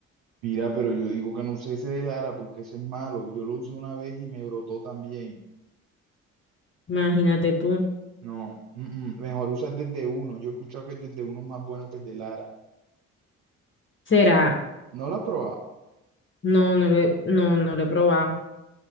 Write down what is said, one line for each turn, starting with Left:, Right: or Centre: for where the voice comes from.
Right: Mira, pero yo digo que no usé ese de Lara porque ese es malo. Yo lo usé una vez y me brotó también.
Left: Imagínate tú,
Right: No, mm, mm, mejor usas desde uno. Yo he escuchado que el desde uno es más bueno que el de Lara.
Left: será,
Right: ¿No lo has probado?
Left: no, no lo he, no, no lo he probado.